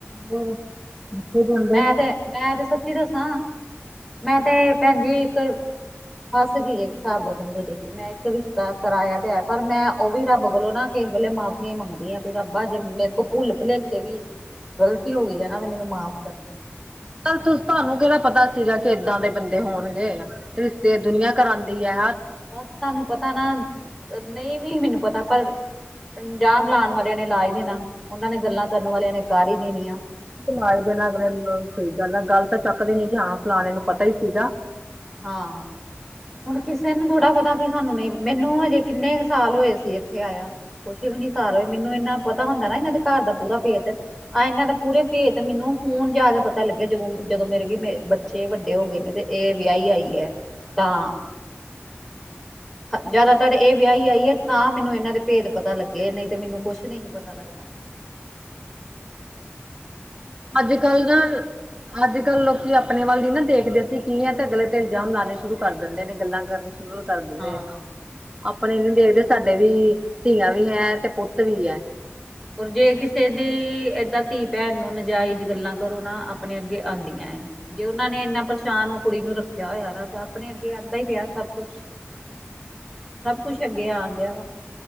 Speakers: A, on the right; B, in the centre.
A: ਹੋਰ ਜਿੱਥੇ ਜਾਂਦੇ
B: ਮੈਂ
A: ਆ
B: ਤੇ ਮੈਂ ਤੇ ਸੱਚੀ ਦੱਸਾਂ ਮੈਂ ਤੇ ਭੈਣਜੀ ਇੱਕ ਫਸ ਗਈਏ ਇੱਕ ਸਾਬ ਦਾ ਸਮਝੋ ਤੁਸੀਂ ਮੈਂ ਇੱਕ ਰਿਸ਼ਤਾ ਕਰਾਇਆ ਤੇ ਹੈ ਪਰ ਮੈਂ ਓ ਵੀ ਰੱਬ ਕੋਲੋਂ ਨਾ। ਕਿਸੇ ਵੇਲੇ ਮਾਫੀਆਂ ਈ ਮੰਗਦੀਆਂ ਵੀ ਰੱਬਾ ਜੇ ਮੇਰੇ ਕੋਲ ਭੁੱਲ ਭੁਲੇਖੇ ਵੀ ਗ਼ਲਤੀ ਹੋਗੀ ਐ ਨਾ ਮੈਨੂੰ ਮਾਫ਼ ਕਰਨਾ।
A: ਤਾਂ ਤੁ ਤੁਹਾਨੂੰ ਕੇੜਾ ਪਤਾ ਸੀਗਾ ਕਿ ਏਦਾਂ ਦੇ ਬੰਦੇ ਹੋਣਗੇ ਰਿਸ਼ਤੇ ਦੁਨੀਆਂ ਕਰਾਂਦੀ ਐ।
B: ਬਸ ਤੁਾਨੂੰ ਪਤਾ ਨਾ ਨਈ ਵੀ ਮੈਨੂੰ ਪਤਾ ਪਰ ਇਲਜਾਮ ਲਾਣ ਵਾਲੇ ਨੇ ਲਾ ਈ ਦੇਣਾ ਉਨਾਂ ਨੇ ਗੱਲਾਂ ਕਰਨ ਵਾਲਿਆਂ ਨੇ ਕਾਰ ਈ ਦੇਣੀ ਆ
A: ਆਲਾਏ ਦੇ ਅਗਲੇ ਸਹੀ ਗੱਲ ਆ ਗੱਲ ਤਾਂ ਚੱਕਦੇ ਨੀ ਹਾਂ ਫਲਾਣੇ ਨੂੰ ਪਤਾ ਹੀ ਸੀਗਾ
B: ਹਾਂ ਹੁਣ ਕਿਸੇ ਨੂੰ ਥੋੜ੍ਹਾ ਪਤਾ ਵੀ ਸਾਨੂੰ ਨਈ ਮੈਨੂੰ ਕਿੰਨੇ ਕ ਸਾਲ ਹੋਏ ਸੀ ਇੱਥੇ ਆਇਆ ਕੁਛ ਵੀ ਨੀ ਸਾਰ ਹੋਏ, ਮੈਨੂੰ ਏਨਾਂ ਪਤਾ ਹੁੰਦਾ ਨਾ ਏਨਾਂ ਦੇ ਘਰ ਦਾ ਪੂਰਾ ਭੇਤ, ਆ ਇਨਾਂ ਦਾ ਪੂਰੇ ਭੇਤ ਤੇ ਮੈਨੂੰ ਹੁਨ ਜਾ ਕੇ ਪਤਾ ਲੱਗਿਆ, ਜਦੋਂ ਜਦੋਂ ਮੇਰੇ ਕਿ ਬੱਚੇ ਵੱਡੇ ਹੋ ਗਏ ਨੇ, ਤੇ ਏ ਵਿਆਈ ਆਈ ਐ, ਤਾਂ ਜ਼ਾਦਾ ਤਰ ਏ ਵਿਆਈ ਆਈਏ, ਤਾਂ ਮੈਨੂੰ ਏਨਾਂ ਦੇ ਭੇਦ ਪਤਾ ਲੱਗੇ ਐ, ਨਈ ਤੇ ਮੈਨੂੰ ਕੁਛ ਨਈ ਸੀ ਪਤਾ ਲਗਨਾ <inaudible>
A: ਅੱਜ ਕੱਲ ਦਾ ਅੱਜ ਕੱਲ੍ਹ ਲੋਕੀ ਆਪਣੇ ਵੱਲ ਨੀ ਨਾ ਦੇਖਦੇ, ਅਸੀਂ ਕੀ ਆ, ਤੇ ਅਗਲੇ ਤੇ ਇਲਜਾਮ ਲਾਣੇ ਸ਼ੁਰੂ ਕਰ ਦਿੰਦੇ ਨੇ, ਗੱਲਾਂ ਕਰਨੀ ਸ਼ੁਰੂ ਕਰ ਦਿੰਦੇ
B: ਹਾਂ
A: ਆ, ਆਪਣੇ ਨੀ ਦੇਖਦੇ ਸਾਡੇ ਵੀ ਧੀਆਂ ਵੀ ਏ ਤੇ ਪੁੱਤ ਵੀ ਏ
B: ਹੁਣ ਜੇ ਕਿਸੇ ਦੀ ਏਦਾਂ ਧੀ ਭੈਣ ਨੂੰ ਨਾਜਾਇਜ਼ ਗੱਲਾਂ ਕਰੋ ਨਾ, ਆਪਣੇ ਅੱਗੇ ਆਦਿਆਂ ਐ। ਜੇ ਓਨਾਂ ਨੇ ਇੰਨਾ ਪਰੇਸ਼ਾਨ ਓ ਕੁੜੀ ਨੂੰ ਰੱਖੇਆ ਹੋਇਆ ਵਾ, ਤਾਂ ਆਪਣੇ ਅੱਗੇ ਆਦਾਂ ਹੀ ਪਿਆ ਸਭ ਕੁਛ ਸਭ ਕੁਛ ਅੱਗੇ ਆਣ ਦਿੰਆ ਵਾ